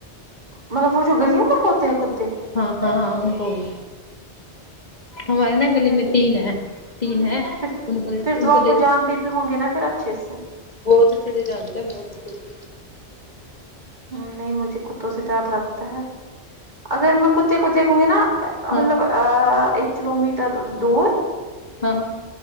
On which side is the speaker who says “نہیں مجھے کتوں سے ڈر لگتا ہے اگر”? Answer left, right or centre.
Right